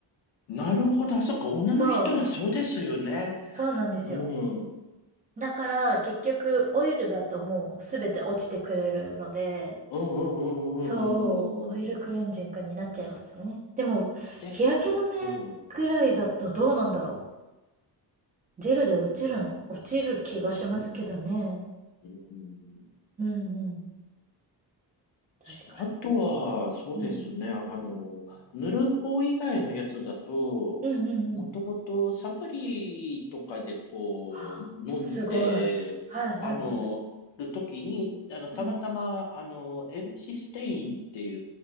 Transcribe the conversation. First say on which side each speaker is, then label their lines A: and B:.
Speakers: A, on the left; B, on the right.
A: なるほど。あ、そっか。女の人はそうですよね。
B: そう、そうなんですよ。
A: うん、うん、
B: だから、結局、オイルだともうすべて落ちてくれるので、
A: うん、うん、
B: そう、オイルクレンジングになっちゃいますね。
A: うん、うん、うん、うん、うん、
B: でも、
A: で、
B: 日焼け止めくらいだとどうなんだろ
A: うん。
B: う。ジェルで落ちるの落ちる気がしますけどね。
A: もちろん。うん。
B: うんうん。
A: しあとは、
B: 確かに。
A: そうですね。
B: うん。
A: あの、塗る方以外のやつだと、
B: うんうんうん。
A: もともとサプリとかでこう、
B: はあ、
A: 飲んで、
B: すごい。はいはいはい。
A: あの、るときに、あの、
B: うん。
A: たまたま、あの、L システインってい